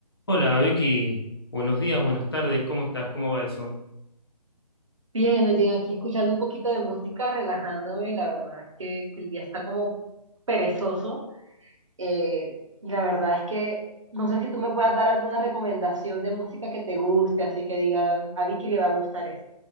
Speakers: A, on the left; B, on the right.
A: Hola Vicky, buenos días, buenas tardes, ¿cómo estás? ¿Cómo va eso?
B: Bien, llegué aquí escuchando un poquito de música, relajándome, la verdad es que, que el día está como perezoso. eh, y la verdad es que no sé si tú me puedas dar alguna recomendación de música que te guste, así que digas, a Vicky le va a gustar esto.